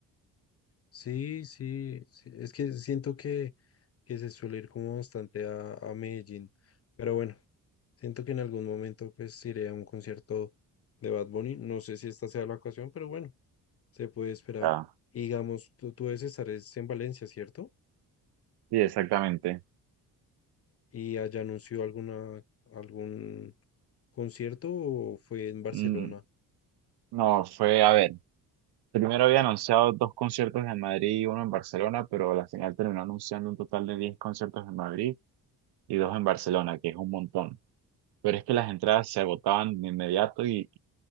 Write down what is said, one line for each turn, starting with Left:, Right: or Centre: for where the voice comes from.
Left: Sí, sí, sí, es que siento que, que se suele ir como bastante a, a Medellín, pero bueno, siento que en algún momento pues iré a un concierto de Bad Bunny. No sé si esta sea la ocasión, pero bueno, se puede esperar.
Right: Ah,
Left: Y digamos, tú, tú debes estar es en Valencia, ¿cierto?
Right: sí, exactamente.
Left: Y allá anunció alguna, algún concierto fue en Barcelona.
Right: Mm, No, fue, a ver. Primero había anunciado dos conciertos en Madrid y uno en Barcelona, pero a la final terminó anunciando un total de 10 conciertos en Madrid y dos en Barcelona, que es un montón. Pero es que las entradas se agotaban de inmediato y,